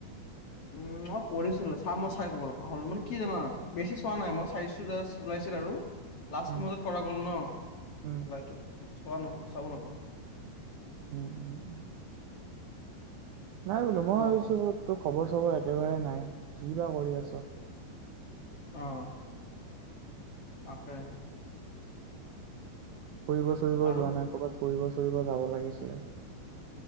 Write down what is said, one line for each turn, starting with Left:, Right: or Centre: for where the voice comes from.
Left: উম মই কৰিছিলো চাম মই চাই ক'ব লগা হ'ল মানে কি জানা বেছি চোৱা নাই মই চাইছো জাষ্ট ওলাইছিল আৰু লাষ্ট
Right: উম
Left: মুহূৰ্তত কৰা গ'ল ন
Right: উম
Left: এপ্লাইটো চোৱা নহয় চাবলৈ কোৱা
Right: উম উম উম নাই বোলো মই
Left: অ',
Right: ভাবিছোঁ তো খবৰ চবৰ একেবাৰে নাই কি বা কৰি আছ?
Left: অ 'তাকে
Right: ফুৰিব চৰিব
Left: আৰু
Right: যোৱা নাই ক'ৰবাত ফুৰিব? ফুৰিব যাব লাগিছিলে।